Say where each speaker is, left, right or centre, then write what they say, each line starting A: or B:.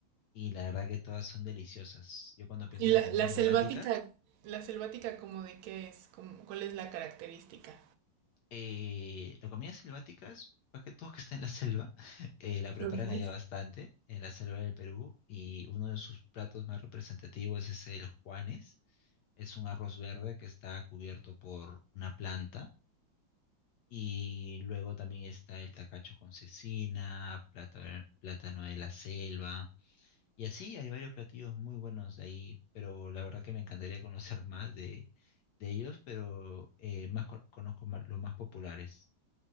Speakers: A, on the left; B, on the right.
A: y la verdad que todas son deliciosas. Yo cuando pienso
B: Y la,
A: en la comida
B: la
A: selvática,
B: selvática, la selvática como de qué es, como, ¿cuál es la característica?
A: eh, la comida selvática es más que todo que está en la selva, <laughs> eh, la preparan
B: Ok. Oye,
A: allá bastante, en la selva del Perú, y uno de sus platos más representativos es el Juanes, Es un arroz verde que está cubierto por una planta. Y luego también está el tacacho con cecina, plata- plátano de la selva. Y así hay varios platillos muy buenos de ahí, pero la verdad que me encantaría conocer <laughs> más de, de ellos, pero eh, más co- conozco más- los más populares.